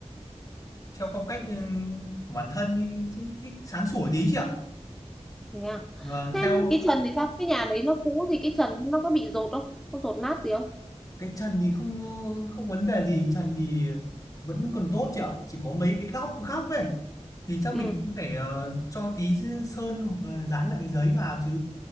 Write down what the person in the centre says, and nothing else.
thế à
thêm
cái trần thì sao cái nhà đấy nó cũ thì cái trần nó có bị dột không có dột nát gì không
ừ